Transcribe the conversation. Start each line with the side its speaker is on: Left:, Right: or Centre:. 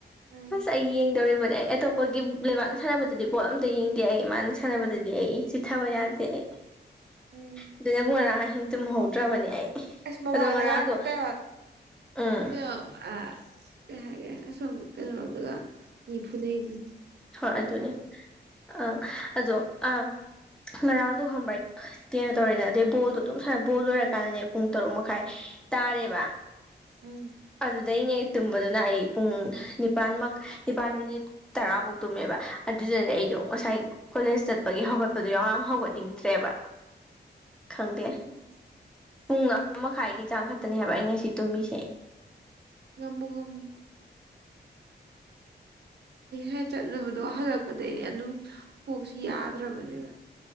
Right: ꯎꯝ
Centre: ꯑꯁ ꯑꯩ ꯌꯦꯡꯗꯧꯔꯤꯕ ꯑꯗꯩ ꯑꯩ ꯑꯇꯣꯞꯄꯒꯤ ꯂꯩꯕꯥꯛꯅ ꯁꯥꯟꯅꯕꯗꯗꯤ ꯄꯣꯠ ꯑꯝꯇ ꯌꯦꯡꯗꯦ ꯑꯩ ꯃꯥꯅ ꯁꯥꯟꯅꯕꯗꯗꯤ ꯑꯩ ꯆꯤꯊꯕ ꯌꯥꯗꯦ ꯑꯩ
Right: ꯎꯝ
Centre: ꯑꯗꯨꯗꯕꯨꯛ ꯉꯔꯥꯡ ꯑꯍꯤꯡ ꯇꯨꯝꯍꯧꯗ꯭ꯔꯕꯅꯦ ꯑꯩ
Right: ꯑꯦꯁꯃ
Centre: ꯑꯗꯣ
Right: ꯃꯥꯥꯡꯗꯒꯥꯟ
Centre: ꯉꯔꯥꯡꯗꯣ
Right: ꯀ
Centre: ꯎꯝ
Right: ꯀ ꯑ ꯀꯩ ꯍꯥꯏꯈ꯭ꯔꯦ ꯑꯁꯣꯝ ꯀꯩꯅꯣꯔꯣꯝꯗꯨꯒ ꯃꯤ ꯐꯨꯅꯩꯗꯨ
Centre: ꯍꯣꯏ ꯑꯗꯨꯅꯤ ꯑꯪ ꯑꯗꯣ ꯑ ꯉꯥꯡꯗꯣ ꯍꯪꯕꯥꯏ ꯀꯩꯅꯣ ꯇꯧꯔꯤꯦꯗꯅ ꯑꯗꯨꯗꯩ ꯕꯣꯜꯗꯣ ꯑꯗꯨꯝ ꯁꯅ ꯕꯣꯜ ꯂꯔꯀꯥꯟꯗꯅꯦ ꯄꯨꯡ ꯇꯔꯨꯛ ꯃꯈꯥꯏ ꯇꯥꯔꯦꯕ
Right: ꯎꯝ
Centre: ꯑꯗꯨꯗꯩꯅꯦ ꯇꯨꯝꯕꯗꯨꯅ ꯑꯩ ꯄꯨꯡ ꯅꯤꯄꯥꯟꯃꯛ ꯅꯤꯄꯥꯜ ꯃꯤꯅꯤꯠ ꯇꯔꯥꯐꯧ ꯇꯨꯝꯃꯦꯕ ꯑꯗꯨꯗꯅꯦ ꯑꯩꯗꯣ ꯉꯁꯥꯏ ꯀꯣꯂꯦꯖ ꯆꯠꯄꯒꯤ ꯍꯧꯒꯠꯄꯗꯣ ꯌꯥꯝ ꯌꯥꯝ ꯍꯧꯒꯠꯅꯤꯡꯗ꯭ꯔꯦꯕ ꯈꯪꯗꯦ
Right: ꯎꯝ
Centre: ꯄꯨꯡ ꯑꯃ ꯃꯈꯥꯏꯒꯤ ꯆꯥꯡ ꯈꯛꯇꯅꯦ ꯍꯥꯏꯕ ꯑꯩ ꯉꯁꯤ ꯇꯨꯝꯃꯤꯁꯦ
Right: ꯉꯝꯕꯨ ꯉꯝꯅꯦ ꯍꯦꯛ ꯆꯠꯂꯨꯕꯗꯣ ꯍꯜꯂꯛꯄꯗꯒꯤꯩꯗꯤ ꯑꯗꯨꯝ ꯀꯣꯛꯁꯤ ꯌꯥꯗ꯭ꯔꯕꯅꯦꯕ